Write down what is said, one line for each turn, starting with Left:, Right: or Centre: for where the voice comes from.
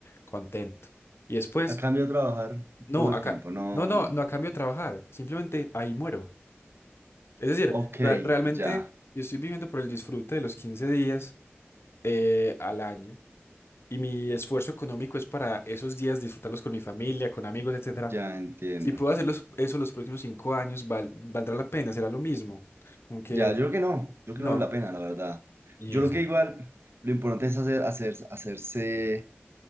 Left: contento. Y después
Right: A cambio de trabajar
Left: No,
Right: todo
Left: acá,
Right: el tiempo, no.
Left: no, no, no a cambio de trabajar, simplemente ahí muero. Es decir,
Right: Ok,
Left: re- realmente
Right: ya,
Left: yo estoy viviendo por el disfrute de los 15 días eh, al año y mi esfuerzo económico es para esos días disfrutarlos con mi familia, con amigos, etcétera.
Right: ya entiendo.
Left: Si puedo hacer los- eso los próximos cinco años, val- valdrá la pena, será lo mismo. Como que,
Right: Ya, yo creo que no, yo
Left: no.
Right: creo que no vale la pena, la verdad.
Left: Y
Right: Yo
Left: eso.
Right: creo que igual lo importante es hacer, hacer, hacerse